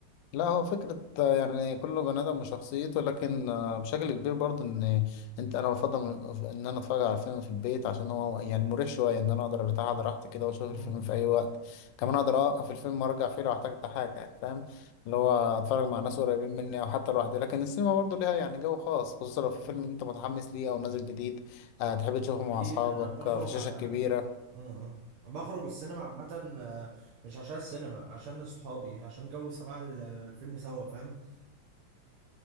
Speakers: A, on the left; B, on the right.
A: لا هو فكرة آه، يعني كل بني آدم وشخصيته لكن آه، بشكل كبير برضه إن أنت أنا بفضل من- إن أنا أتفرج على فيلم في البيت عشان هو يعني مريح شوية إن أنا أقدر أرتاح على راحتي كده وأشوف
B: مم.
A: الفيلم في أي وقت كمان أقدر أوقف الفيلم وأرجع فيه لو احتجت حاجة يعني فاهم اللي هو أتفرج مع ناس قريبين مني أو حتى لوحدي لكن السينما برضه ليها يعني جو خاص خصوصا لو في
B: مم.
A: فيلم أنت متحمس ليه أو نازل جديد آه، تحب تشوفه
B: اكيد
A: مع أصحابك
B: انا بخرج
A: آه، في شاشة
B: على
A: كبيرة
B: اه اه بخرج السينما عامة آه، مش عشان السينما عشان صحابي عشان جو سماع ال- الفيلم سوا فاهم